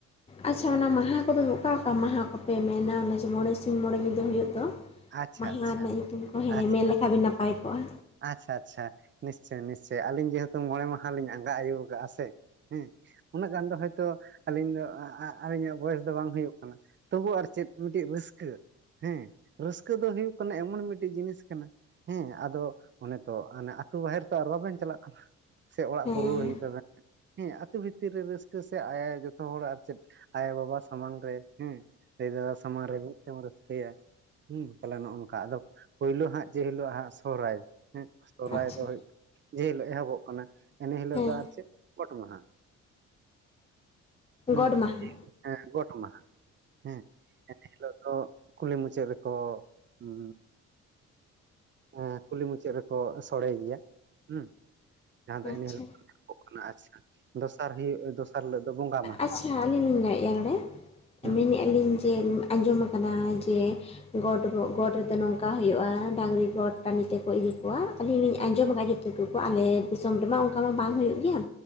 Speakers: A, on the left; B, on the right.
A: ᱟᱪᱪᱷᱟ ᱚᱱᱟ ᱢᱟᱸᱦᱟ ᱠᱚᱫᱚ ᱚᱠᱟ ᱚᱠᱟ ᱢᱟᱸᱦᱟ ᱠᱚᱯᱮ ᱢᱮᱱᱟ ᱚᱱᱮ ᱡᱮ ᱢᱚᱸᱬᱮ ᱥᱤᱧ ᱢᱚᱸᱬᱮ ᱧᱤᱫᱟᱹ ᱦᱩᱭᱩᱜ ᱫᱚ?
B: ᱟᱪᱪᱷᱟ
A: ᱢᱟᱭᱦᱟ
B: ᱟᱪᱪᱷᱟ
A: ᱨᱮᱱᱟᱜ ᱧᱩᱛᱩᱢ ᱠᱚ ᱦᱮᱸ
B: ᱟᱪᱪᱷᱟ
A: ᱢᱮᱱ ᱞᱮᱠᱷᱟᱱ ᱵᱤᱱ ᱱᱟᱯᱟᱭ ᱠᱚᱜᱼᱟ᱾
B: ᱟᱪᱪᱷᱟ ᱟᱪᱪᱷᱟ ᱱᱤᱥᱪᱚᱭ ᱱᱤᱥᱪᱚᱭ ᱟᱞᱤᱧ ᱡᱮᱦᱮᱛᱩ ᱢᱚᱸᱬᱮ ᱢᱟᱦᱟ ᱞᱤᱧ ᱟᱸᱜᱟ ᱟᱭᱩᱵᱽ ᱠᱟᱜᱼᱟ ᱥᱮ ᱦᱮᱸᱼᱼ ᱩᱱᱟᱹᱜ ᱜᱟᱱ ᱫᱚ ᱦᱳᱭᱛᱳ ᱟᱹᱞᱤᱧ ᱫᱚ ᱟ ᱟ ᱟᱨ ᱤᱧᱟᱹᱜ ᱵᱚᱭᱮᱥ ᱫᱚ ᱵᱟᱝ ᱦᱩᱭᱩᱜ ᱠᱟᱱᱟ᱾ ᱛᱚᱵᱩ ᱟᱨ ᱪᱮᱫ ᱢᱤᱫᱴᱤᱡᱽ ᱨᱟᱹᱥᱠᱟᱹ᱾ ᱦᱮᱸ ᱨᱟᱹᱥᱠᱟᱹ ᱫᱚ ᱦᱩᱭᱩᱜ ᱠᱟᱱᱟ ᱮᱢᱚᱱ ᱢᱤᱴᱤᱡᱽ ᱡᱤᱱᱤᱥ ᱠᱟᱱᱟ ᱦᱮᱸ ᱟᱫᱚᱼᱼ ᱚᱱᱮ ᱛᱚ ᱟᱱᱮ ᱟᱹᱛᱩ ᱵᱟᱦᱮᱨ ᱛᱚ ᱟᱨ ᱵᱟᱵᱮᱱ ᱪᱟᱞᱟᱜ ᱠᱟᱱᱟ ᱥᱮ ᱚᱲᱟᱜ
A: ᱦᱮᱸ
B: ᱠᱚ ᱨᱩᱣᱟᱹᱲ ᱦᱩᱭᱩᱜ ᱛᱟᱵᱮᱱᱼᱼ ᱦᱮᱸ ᱟᱹᱛᱩ ᱵᱷᱤᱛᱤᱨ ᱨᱮ ᱨᱟᱹᱥᱠᱟᱹ ᱥᱮ ᱟᱭ ᱡᱚᱛᱚ ᱦᱚᱲ ᱟᱨ ᱪᱮᱫ ᱟᱭᱚ ᱵᱟᱵᱟ ᱥᱟᱢᱟᱝ ᱨᱮ ᱦᱮᱸᱼᱼ ᱫᱟᱹᱭ ᱫᱟᱫᱟ ᱥᱟᱢᱟᱝ ᱨᱮ ᱢᱤᱫ ᱛᱮᱢ ᱨᱟᱹᱥᱠᱟᱹᱭᱟ᱾ ᱦᱩᱸ ᱛᱟᱞᱦᱮ ᱱᱚᱜ ᱚᱝᱠᱟ ᱟᱫᱚ ᱯᱳᱭᱞᱳ ᱦᱟᱸᱜ ᱡᱮ ᱦᱤᱞᱳᱜ ᱦᱟᱸᱜ ᱥᱚᱦᱨᱟᱭᱼᱼ ᱦᱮᱸ ᱥᱚᱨᱦᱟᱭ
A: ᱟᱪᱪᱷᱟ
B: ᱫᱚ ᱦᱩᱭ ᱡᱮᱦᱤᱞᱳᱜ ᱮᱦᱚᱵᱚᱜ ᱠᱟᱱᱟ ᱮᱱ ᱦᱤᱞᱳᱜ
A: ᱦᱮᱸ
B: ᱫᱚ ᱟᱨ ᱪᱮᱫ ᱜᱚᱴ ᱢᱟᱦᱟᱸ ᱦᱩᱸ
A: ᱜᱚᱰ ᱢᱟᱦᱟ
B: <unintelligible> ᱦᱮᱸ ᱜᱚᱴ ᱢᱟᱦᱟ ᱦᱮᱸ ᱮᱱᱦᱤᱞᱳᱜ ᱫᱚ ᱠᱩᱞᱦᱤ ᱢᱩᱪᱟᱹᱫ ᱨᱮᱠᱚ ᱚᱸ ᱮᱸ ᱠᱩᱞᱦᱤ ᱢᱩᱪᱟᱹᱫ ᱨᱮᱠᱚ ᱥᱚᱸᱲᱮ ᱜᱮᱭᱟ ᱦᱩᱸ ᱡᱟᱦᱟᱸ ᱫᱚ
A: ᱟᱪᱪᱷᱟ
B: ᱮᱱ ᱦᱤᱞᱳᱜ <unintelligible> ᱟᱪᱪᱷᱟ ᱫᱚᱥᱟᱨ ᱦᱩᱭᱩᱜ ᱫᱚᱥ ᱫᱚᱥᱟᱨ ᱦᱤᱞᱳᱜ ᱫᱚ ᱵᱚᱸᱜᱟ᱾ ᱢᱟᱦᱟ
A: ᱟᱪᱪᱷᱟ ᱟᱹᱞᱤᱧ ᱞᱤᱧ ᱞᱟᱹᱭᱮᱫᱼᱟ ᱱᱚᱸᱰᱮ,
B: ᱦᱮᱸ
A: ᱢᱮᱱᱮ ᱟᱹᱞᱤᱧ ᱡᱮ ᱟᱸᱡᱚᱢ ᱟᱠᱟᱱᱟ ᱡᱮ ᱜᱚᱴ ᱜᱚᱴ ᱨᱮᱫᱚ ᱱᱚᱝᱠᱟ ᱦᱩᱭᱩᱜᱼᱟ ᱰᱟᱹᱟᱝᱨᱤ ᱜᱚᱴ ᱴᱟᱺᱰᱤ ᱛᱮᱠᱚ ᱤᱫᱤ ᱠᱚᱣᱟ ᱟᱹᱞᱤᱧ ᱞᱤᱧ ᱟᱸᱡᱚᱢ ᱟᱠᱟᱫ ᱡᱮ, ᱛᱤᱠᱩ ᱠᱚ ᱟᱞᱮ ᱫᱤᱥᱚᱢ ᱨᱮᱢᱟ ᱚᱱᱠᱟ ᱢᱟ ᱵᱟᱝ ᱦᱩᱭᱩᱜ ᱜᱮᱭᱟ